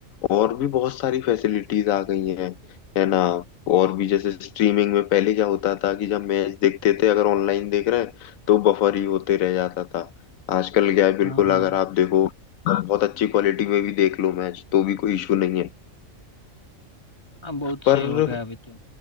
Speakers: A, on the left; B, on the left.
A: और भी बहुत सारी फैसिलिटीज आ गई हैं है ना और भी जैसे स्ट्रीमिंग में पहले क्या होता था कि जब मैच देखते थे अगर ऑनलाइन देख रहे हैं तो बफर ही होते रह जाता था आजकल क्या है बिल्कुल
B: हाँ हाँ
A: अगर आप देखो बहुत अच्छी क्वालिटी में भी देख लो मैच तो भी कोई इशू नहीं है
B: हाँ, बहुत सही
A: पर
B: हो गया अभी तो